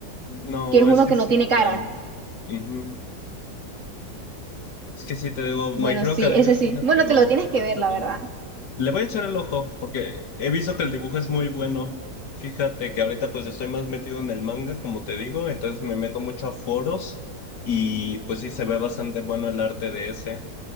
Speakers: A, on the left; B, on the right.
A: No,
B: que es uno
A: es que
B: que
A: sí
B: no tiene
A: te
B: cara.
A: lo debo. Ujú. Es que sí, te digo, My
B: Bueno,
A: Hero
B: sí,
A: Academia,
B: ese sí.
A: fíjate
B: Bueno,
A: que no,
B: te lo tienes
A: no
B: que
A: lo he
B: ver,
A: visto
B: la
A: todavía.
B: verdad.
A: Le voy a echar el ojo, porque he visto que el dibujo es muy bueno. Fíjate que ahorita pues estoy más metido en el manga, como te digo, entonces me meto mucho a foros y pues sí se ve bastante bueno el arte de ese.